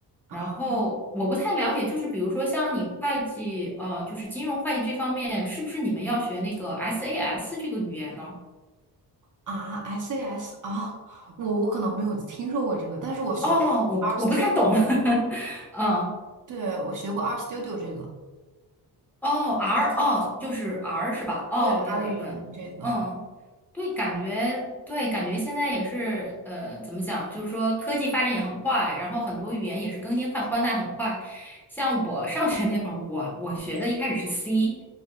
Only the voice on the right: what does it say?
啊
啊，SAS 啊，我我可能没有听说过这个，但是我学过
R Studio，
对，我学过 R Studio 这个，
对
R 语言这个